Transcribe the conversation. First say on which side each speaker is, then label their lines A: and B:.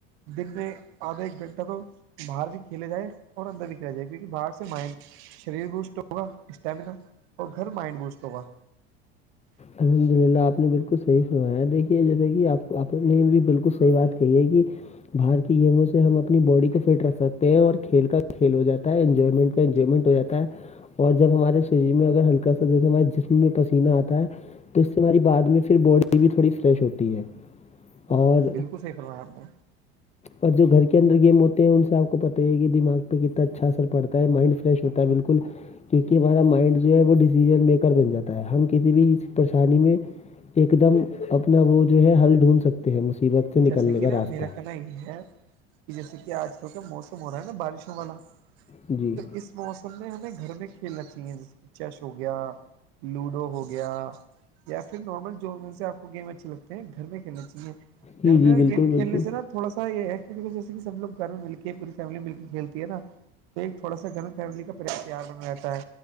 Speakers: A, on the right; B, on the left.
A: دن میں آدھا ایک گھنٹہ تو باہر بھی کھیلا جائے اور اندر بھی کھیلا جائے کیونکہ باہر سے مائنڈ شریر بوسٹ ہوگا اسٹیمنا اور گھر مائنڈ بوسٹ ہوگا
B: الحمد للہ آپ نے بالکل صحیح سنا ہے دیکھیے جیسا کہ آپ آپ نے بھی بالکل صحیح بات کہی ہے کہ باہر کی گیموں سے ہم اپنی باڈی کو فٹ رکھ سکتے ہیں اور کھیل کا کھیل ہو جاتا ہے انجوائمنٹ انجوائمنٹ ہو جاتا ہے اور جب ہمارے شریر میں اگر ہلکا سا جیسے ہمارے جسم میں پسینہ آتا ہے تو اس سے ہماری بعد میں پھر باڈی بھی تھوڑی فریش ہوتی ہے اور
A: ہ بالکل صحیح فرمایا آپ نے
B: اور جو گھر کے اندر گیم ہوتے ہیں ان سے آپ کو پتہ ہے کہ دماغ پہ کتنا اچھا اثر پڑتا ہے مائنڈ فریش بالکل کیونکہ ہمارا مائنڈ جو ہے وہ ڈیسیژن میکر بن جاتا ہے ہم کسی بھی پریشانی میں ایک دم اپنا وہ جو ہے ہل ڈھونڈ سکتے ہیں مصیبت سے نکلنے
A: جیسے کہ
B: کا
A: نا
B: راستہ
A: میرا کہنا یہ ہے جیسے کہ آج کل کا موسم ہو رہا ہے نا بارشوں والا
B: جی
A: تو اس اس موسم میں ہمیں گھر میں کھیلنا چاہیے جیسے کہ چش ہو گیا لوڈو ہو گیا یا پھر نارمل جو سے آپ کو گیم اچھے لگتے ہیں گھر میں کھیلنا چاہیے
B: جی
A: گھر
B: جی
A: میں
B: بالکل
A: گیم
B: بالکل
A: کھیلنے سے نا تھوڑا سا یہ ہے کہ جیسے س لوگ گھر میں مل کے پوری فیملی مل کے کھیلتی ہے نا تو ایک تھوڑا سا گھر فیملی کا پ پیار بنا رہتا ہے